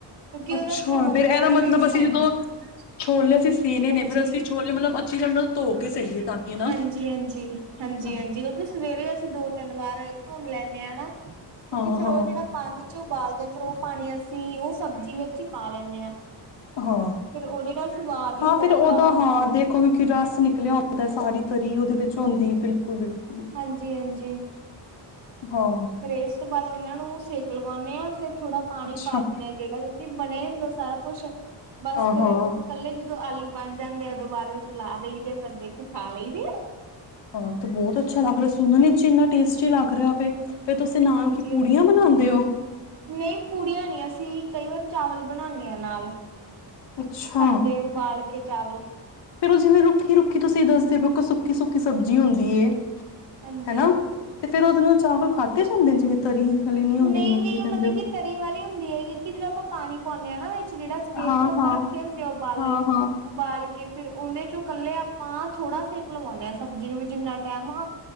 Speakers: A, on the right (about 65°); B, on the left (about 75°).
A: ਕਿਉਂਕਿ
B: ਅੱਛਾ
A: ਉਹਦਾ ਫੇਰ ਵੱਖਰਾ
B: ਫਿਰ ਇਹਦਾ ਮਤਲਬ
A: ਟੇਸਟ
B: ਅਸੀਂ
A: ਹਾਂਜੀ-ਹਾਂਜੀ-ਹਾਂਜੀ-ਹਾਂਜੀ-ਹਾਂਜੀ
B: ਜਦੋਂ ਛੋਲੇ ਅਸੀਂ ਸੇਨੇ ਨੇ ਫਿਰ ਅਸੀਂ ਛੋਲੇ ਮਤਲਬ ਅੱਛੀ ਤਰ੍ਹਾਂ ਨਾਲ ਧੋ ਕੇ ਸਹੀਏ ਤਾਂ ਕਿ ਨਾ ਹਾਂ
A: ਕਿਉਂਕਿ ਸਵੇਰੇ ਅਸੀਂ ਦੋ ਤਿੰਨ ਵਾਰ ਧੁਨ ਲੈਂਦੇ ਹਾਂ ਨਾ ਕਿਉਂਕਿ
B: ਹਾਂ
A: ਫਿਰ ਉਹ ਜਿਹੜਾ ਪਾਣੀ ਚ ਉਬਾਲਦੇ ਹਾਂ ਫੇਿਰ ਉਹ ਪਾਣੀ ਅਸੀਂ ਉਹ ਸਬਜ਼ੀ ਵਿੱਚ ਹੀ ਪਾ ਲੈਂਦੇ ਹਾਂ
B: ਹਾਂ
A: ਫਿਰ ਉਹਦੇ ਨਾਲ ਸਵਾਦ ਵੀ
B: ਹਾਂ
A: ਵੱਖਰਾ
B: ਫਿਰ ਉਹਦਾ
A: ਆਉਂਦਾ
B: ਹਾਂ
A: ਹੈਗਾ
B: ਦੇਖੋ ਕਿਉਂਕਿ ਰਸ ਨਿਕਲਿਆ ਹੁੰਦਾ ਸਾਰੀ ਤਰੀ ਉਹਦੇ ਵਿੱਚ ਹੁੰਦੀ ਹੈ ਬਿਲਕੁਲ-ਬਿਲਕੁਲ
A: ਹਾਂਜੀ-ਹਾਂਜੀ
B: ਹਾਂ
A: ਫਿਰ ਇਸ ਤੋਂ ਬਾਅਦ ਉਹਨਾਂ ਨੂੰ ਸੇਕ ਲਗਾਉਂਦੇ ਹਾਂ ਫਿਰ ਥੋੜਾ ਪਾਣੀ
B: ਅੱਛਾ
A: ਪਾ ਦਿੰਦੇ ਹਾਂ ਜਿਹੜਾ ਕਿਉਂਕਿ ਬਣਿਆ ਹੀ ਹੁੰਦਾ ਸਾਰਾ ਕੁਛ- ਬਸ
B: ਹਾਂ
A: ਫੇਿਰ
B: ਹਾਂ
A: ਇਕੱਲੇ ਜਦੋਂ ਆਲੂ ਬਣ ਜਾਂਦੇ ਆ ਉਦੋਂ ਬਾਅਦ ਵਿੱਚ ਲਾ ਦੇਈਦੇ ਆ ਫਿਰ ਦੇਖੋ ਖਾ ਲਈਦੇ ਆ
B: ਹਾਂ ਤੇ ਬਹੁਤ ਅੱਛਾ ਲੱਗ ਰਿਹਾ ਸੁਣਨ ਵਿਚ ਇੰਨਾ ਟੇਸਟੀ ਲੱਗ ਰਿਹਾ ਵੇ ਫੇਰ ਤੁਸੀਂ ਨਾਲ
A: ਹਾਂਜੀ,
B: ਕੀ ਪੂੜੀਆਂ
A: ਹਾਂਜੀ।
B: ਬਣਾਉਂਦੇਂ ਹੋ
A: ਨਹੀਂ ਪੂੜੀਆਂ ਨਹੀਂ ਅਸੀਂ ਕਈ ਵਾਰ ਚਾਵਲ ਬਣਾਉਦੇ ਹਾਂ ਨਾਲ
B: ਅੱਛਾ
A: ਸਾਦੇ ਉਬਾਲ ਕੇ ਚਾਵਲ
B: ਫੇਰ ਉਹ ਜਿਵੇਂ ਰੁੱਖੀ ਰੁੱਖੀ ਤੁਸੀਂ ਦੱਸਦੇ ਸੁੱਕੀ ਸੁੱਕੀ ਸਬਜ਼ੀ ਹੁੰਦੀ ਏ
A: ਹਾਂਜੀ
B: ਹੈ ਨਾ ਤੇ ਫੇਰ ਉਹਦੇ ਨਾਲ ਚਾਵਲ ਖਾਧਦੇ ਜਾਂਦੇ ਨੇ ਜਿਵੇਂ ਤਰੀ ਵਾਲੀ ਨੀ ਹੁੰਦੀ
A: ਨਹੀਂ
B: ਜਿਵੇਂ ਤੁਸੀਂ
A: ਨਹੀਂ
B: ਕਹਿੰਦੇ
A: ਮਤਲਬ
B: ਹੋ
A: ਕਿ ਤਰੀ ਵਾਲੀ ਹੁੰਦੀ ਹੈ ਕਿਉਂਕਿ ਜਿਹਦੋਂ ਆਪਾਂ ਪਾਣੀ ਪਾਉਂਦੇ ਆਾਂ ਜਿਹੜਾ ਸਵੇਰ
B: ਹਾਂ
A: ਤੋਂ ਆਪਾਂ
B: ਹਾਂ
A: ਰੱਖੇ ਹੁੰਦੇ ਆ ਉਬਾਲੇ
B: ਹਾਂ ਹਾਂ
A: ਉਬਾਲ ਕੇ ਫੇਰ ਉਹਦੇ ਚੋਂ ਇਕੱਲੇ ਆਪਾਂ ਥੋੜਾ ਸੇਕ ਲਵਾਉਦੇ ਹਾਂ ਸਬਜ਼ੀ ਨੂੰ ਵੀ ਜਿੰਨਾ ਟੈਮ ਆ